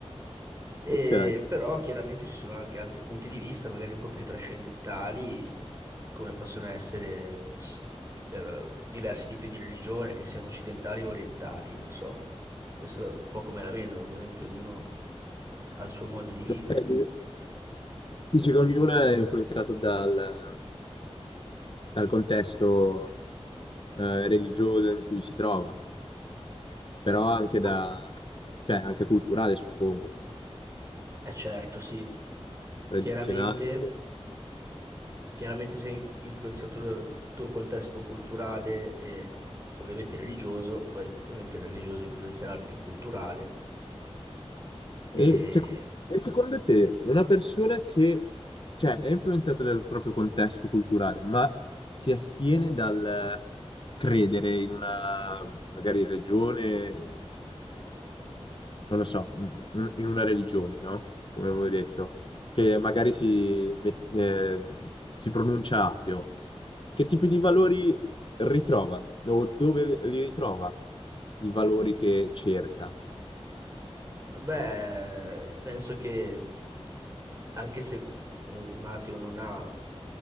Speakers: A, on the right; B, on the left.
A: e
B: ok.
A: però chiaramente ci sono anche altri punti di vista, magari un po' più trascendentali, come possono essere eh, diversi tipi di religione, che siano occidentali o orientali, non so. Questo è un po' come la vedo, ovviamente ognuno ha il suo modo di vivere.
B: Ok, di- Dici che ognuno è influenzato dal, dal contesto eh, religioso in cui si trova, però anche da,
A: Ah,
B: cioè, anche culturale, suppongo,
A: eh certo, sì.
B: tradizionale.
A: Chiaramente Chiaramente sei influenzato dal tuo contesto culturale e ovviamente religioso, e poi ovviamente il religioso influenzerà il culturale. E
B: E, sec- e secondo te, una persona che, cioè, è influenzata dal proprio contesto culturale, ma si astiene dal credere in una, magari, religione, mh, non lo so, mh, un- in una religione, no? Come avevo detto, che magari si, met- eh, si pronuncia ateo, che tipi di valori ritrova o dove li ritrova i valori che cerca?
A: beh, penso che anche se un, un ateo non ha